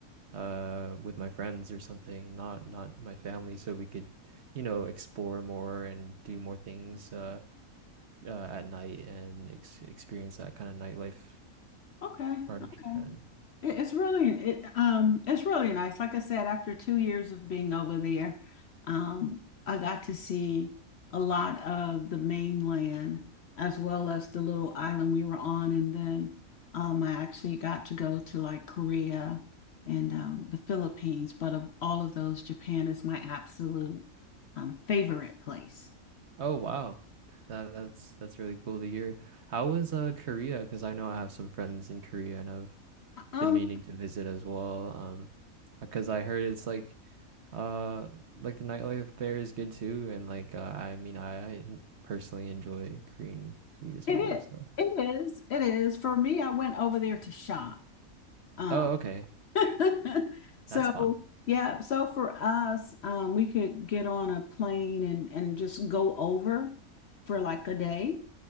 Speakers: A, on the right (about 55°); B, on the left (about 60°).
A: uh with my friends or something, not not my family, so we could, you know, explore more and do more things uh, uh at night and ex experience that kind of nightlife
B: Okay.
A: part
B: Okay.
A: of Japan.
B: It- It's really it um it's really nice. Like I said, after two years of being over there, um, I got to see a lot of the mainland as well as the little island we were on, and then um, I actually got to go to like Korea and um, the Philippines. But of all of those, Japan is my absolute um, favorite place.
A: Oh wow. That, that's that's really cool to hear. How was uh Korea? Because I know I have some friends in Korea and I've
B: Um,
A: been meaning to visit as well. Um, because I heard it's like uh like the nightlife there is good too, and like uh, I mean I, I personally enjoy Korean food as
B: It
A: well.
B: is.
A: So.
B: It is. It is. For me, I went over there to shop. Um,
A: Oh, okay.
B: <laughs> so
A: That's fun.
B: yeah, so for us, um, we could get on a plane and and just go over for like a day.